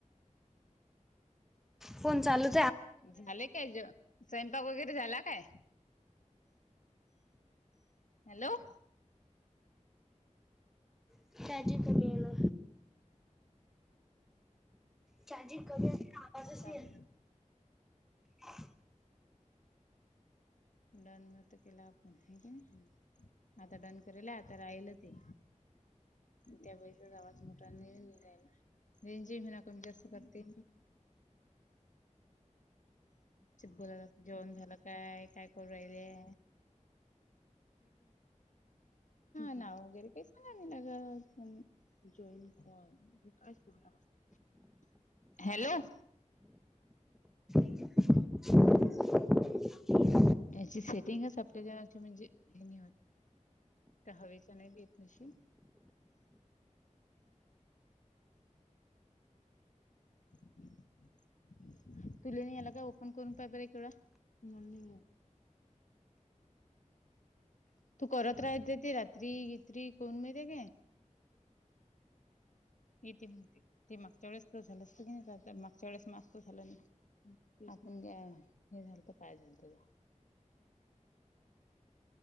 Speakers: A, in the centre; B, on the left (about 75°).
A: फोन चालू
B: झाले काय ज स्वयंपाक वगैरे झाला काय? हॅलो! !
A: <unintelligible> कमी येण चार्जिंग कमी अस आवाजच
B: चालू
A: ये ना
B: डन तर केला आपण की नाही आता डन करेला आता राहिल ते त्या वेळीचाच आवाज मोठा नाही निघायला रिमझिम <unintelligible> जास्त करते बोलायला जेवण झालं काय काय करून राहीले नाव वगैरे काही सांगाय नाही लागत. जॉईन अ असतील तेव्हा हॅलो! !
A: <unintelligible>
B: याची सेटिंगच आपल्या जणाची म्हणजे हेत त्या हवेच्या नाही येत निशी <inaudible> तुलानी याला काय ओपन करून पाहि बरे तेवढं मला नाही येत <inaudible> तू करत राहते ते रात्री इत्री कोण मिळते ते ते ते मागच्या वेळेस तर झालं असत की नाही मागच्या वेळेस मात्र झालं नाही आपण हे झालत काय झालत <inaudible>